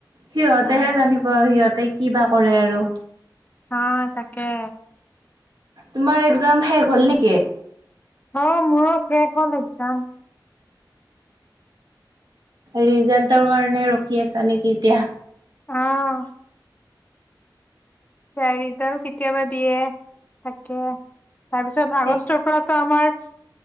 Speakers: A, on the right; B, on the left.
A: সিহঁতেহে
B: উম,
A: জানিব সিহঁতি কিবা কৰে আৰু
B: অ তাকে
A: তোমাৰ এক্জাম শেষ হল নিকি
B: অ মোৰো শেষ হ'ল এক্জাম
A: ৰিজাল্টৰ কাৰণে ৰখি আছা নিকি এতিয়া
B: অহ বা ৰিজাল্ট কেতিয়াবা দিয়ে তাকে তাৰপিছত
A: সেই
B: আগষ্টৰ পৰাতো আমাৰ